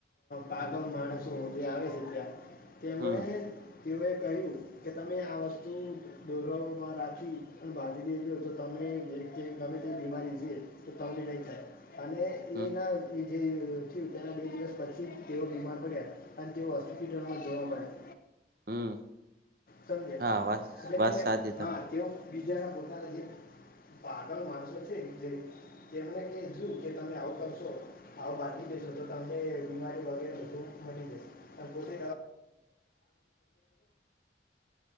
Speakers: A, on the left; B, on the right.
A: પાગલ માણસો જે આવે છે ત્યાં તેમણે.
B: હમ
A: તેઓએ કહ્યું, કે તમે આ વસ્તુ દોરમાં રાખી, પણ બાંધી લે જો, તો તમે જે ગમે તે બીમારી છે, તો તમને નહીં થાય. અને
B: હમ
A: એ નાથી. જે થયું તેના બે દિવસ પછી તેઓ બીમાર પડ્યા, અને તેઓ હોસ્પિટલમાં જોવા મળ્યા.
B: હમ
A: સમજે
B: હા વાત
A: એટલે
B: વાત
A: કે
B: સાચી તમે
A: હા તેઓ બીજા ના પોતાના જે પાગલ માણસો છે, જે તેમને કે કે તમે આવું કરશો આવું બાકી દેશો તો તમને બીમારી વગેરે બધું મટી જશે. ની <unintelligible> <inaudible>